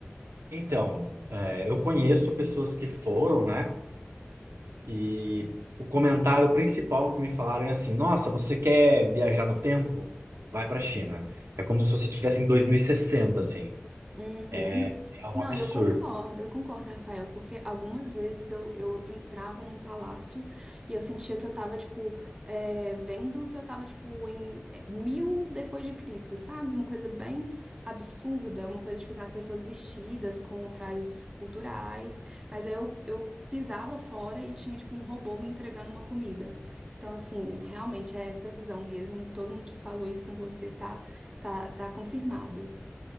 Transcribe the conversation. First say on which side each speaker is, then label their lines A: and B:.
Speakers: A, on the right (about 80°); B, on the right (about 20°).
A: Então, é, eu conheço pessoas que foram, né? E o comentário principal que me falaram é assim: Nossa, você quer viajar no tempo? Vai para a China. É como se você estivesse em 2060, assim.
B: Uhum.
A: É, é um
B: Não,
A: absurdo.
B: eu concordo, eu concordo, Rafael, porque algumas vezes eu, eu entrava num palácio e eu sentia que eu tava, tipo, é, vendo que eu tava, tipo, em é, mil depois de Cristo, sabe? Uma coisa bem absurda, uma coisa, tipo, assim, as pessoas vestidas com trajes culturais, mas aí eu, eu pisava fora e tinha, tipo, um robô me entregando uma comida. Então, assim, realmente é essa visão mesmo, todo mundo que falou isso com você tá, tá, tá confirmado.